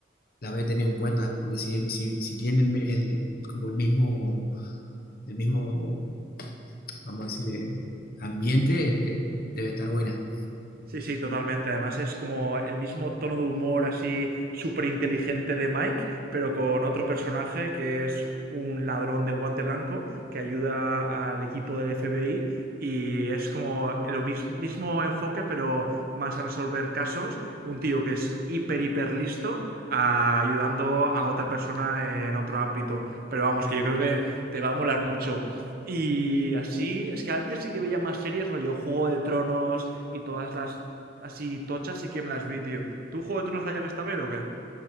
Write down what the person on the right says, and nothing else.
Sí, sí, totalmente. Además es como el mismo tono de humor así súper inteligente de Mike, pero con otro personaje que es un ladrón de guante blanco que ayuda al equipo del FBI y es como el mismo enfoque, pero más a resolver casos. Un tío que es hiper, hiper listo a- ayudando a otra persona en otro ámbito. Pero vamos, que yo creo que te va a molar mucho. Y así, es que antes sí que veía más series, rollo Juego de Tronos y todas las así tochas, sí que me las vi, tío. ¿Tú Juego de Tronos la llegaste a ver o qué?